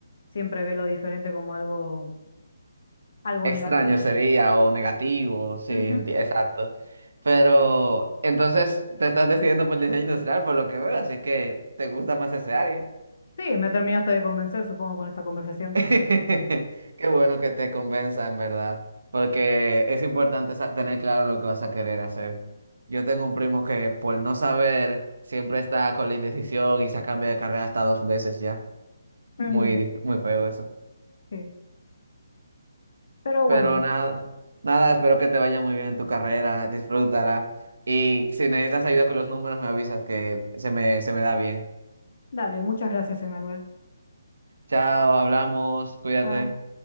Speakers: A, on the left; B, on the right.
A: siempre ve lo diferente como algo, algo negativo.
B: Extraño sería o negativo, sí,
A: Ujú.
B: enti- exacto. Pero entonces te estás decidiendo por el diseño industrial, por lo que veo, así que te gusta más ese área.
A: Sí, me terminaste de convencer, supongo, con esta conversación.
B: <laughs> Qué bueno que te convenza, en verdad, porque es importante sa- tener claro lo que vas a querer hacer. Yo tengo un primo que por no saber siempre está con la indecisión y se cambia de carrera hasta dos veces ya.
A: Mm,
B: Muy, dif- muy feo
A: Sí. Pero bueno,
B: Pero nada, nada, espero que te vaya muy bien en tu carrera, disfrútala. Y si necesitas ayuda con los números, me avisas que se me, se me da bien.
A: dale, muchas gracias, Emanuel.
B: Chao, hablamos, cuídate.
A: chao.